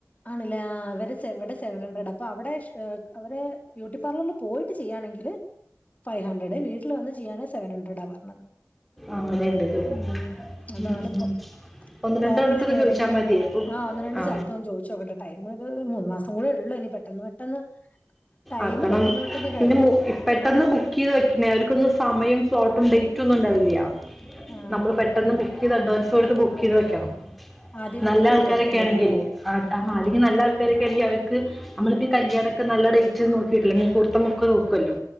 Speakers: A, on the left; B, in the centre.
A: ആണല്ലേ ആഹ് അവര് സെ ഇവിടെ സെവൻ ഹൻഡ്രഡാ ഇപ്പൊ അവിടെ ശ് അവര് ബ്യൂട്ടി പാർലറില് പോയിട്ട് ചെയ്യാണെങ്കില് ഫൈവ് ഹൺഡ്രഡ് വീട്ടില് വന്ന് ചെയ്യാണേൽ സെവൺ ഹൺണ്ട്രഡാ പറഞ്ഞത്
B: അങ്ങനെയുണ്ട് ഇത്.
A: ഉം അതാണ്
B: ഉം, ഉം,
A: ഇപ്പം
B: ഉം. ഒന്ന് രണ്ടെണ്ണത്തൊക്കെ
A: നോക്കണം ഇനി എവിടേങ്കിലും
B: ചോദിച്ചാൽ മതി
A: ഒന്ന്
B: അപ്പം
A: ആഹ് ഒന്ന് രണ്ട്
B: ആ
A: സ്ഥലത്തൊന്ന് ചോദിച്ചോ <unintelligible> ടൈം ഒര് മൂന്ന് മാസം കൂടെ ഉള്ളൂ ഇനി പെട്ടന്ന് പെട്ടെന്ന് ടൈം
B: ആക്കണം
A: പെട്ടെന്ന് പെട്ടെന്ന്
B: പിന്നെ
A: കഴിയും
B: <unintelligible> പെട്ടെന്ന് ബുക്ക്
A: ഉം.
B: ചെയ്ത് വെക്കണേ അവര്ക്കൊന്നും സമയം സ്ലോട്ടും ഡേറ്റും ഒന്നും ഉണ്ടാവില്യ
A: ആ
B: നമ്മള് പെട്ടെന്ന് ബുക്ക് ചെയ്ത് അഡ്വാൻസ് കൊടുത്ത് ബുക്ക് ചെയ്ത് വെക്കണം
A: ആദ്യം
B: നല്ല
A: ബുക്ക് ചെയ്ത്
B: ആൾക്കാരൊക്കെ
A: വെക്കേണ്ടി
B: ആണെങ്കില്
A: വരും അല്ലേ
B: <unintelligible>
A: ഉം.
B: അല്ലെങ്കിൽ നല്ല ആൾ <unintelligible> അവർക്ക് നമ്മളിപ്പ ഈ കല്യാണൊക്കെ നല്ല ഡേറ്റ് നോക്കിട്ടില്ലേ മുഹൂർത്തമൊക്കെ നോക്കുവല്ലോ